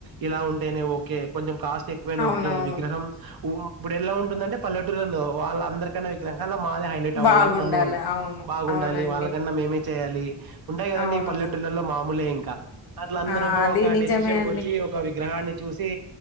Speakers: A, on the right (about 55°); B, on the left (about 60°).
A: ఇలా ఉంటేనే ఓకే కొంచెం కాస్ట్ ఎక్వ
B: అవునవును.
A: ఓక ఇప్పుడు ఎలా ఉంటుందంటే పల్లెటూరులో వాళ్ళందరికైన్నా విగ్రహ అలా మాదే హైలైట్ అవ్వాలిని
B: బాగుండాలి.
A: కొంతమంది
B: అవును.
A: బాగుండి
B: అవునండి.
A: వాళ్ళ కన్నా మేమే చేయాలి ఉంటాయి కదండడి
B: అవునవును.
A: పలెల్లల్లో మామూలే ఏం కా అట్ల అందరము
B: ఆ! అది
A: ఒక
B: నిజమే
A: డెసిషన్
B: అండి.
A: కు వచ్చి ఒక విగ్రహాన్ని చూసి